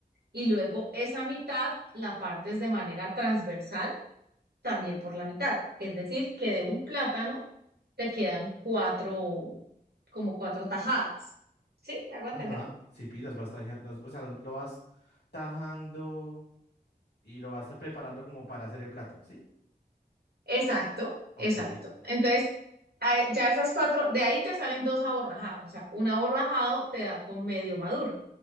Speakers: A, on the right (about 75°); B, on the left (about 80°).
A: y luego esa mitad la partes de manera transversal también por la mitad. Es decir, que de un plátano te quedan cuatro, como cuatro tajadas. ¿Sí? ¿Me hago entender?
B: Ajá. Sí, pi, las vas tajando, o sea, lo lo vas tajando y lo vas preparando como para hacer el plato, ¿sí?
A: Exacto,
B: Ok,
A: exacto. Entonces, ahí- ya esas cuatro, de ahí te salen dos aborrajados. O sea, un aborrajado te da con medio maduro,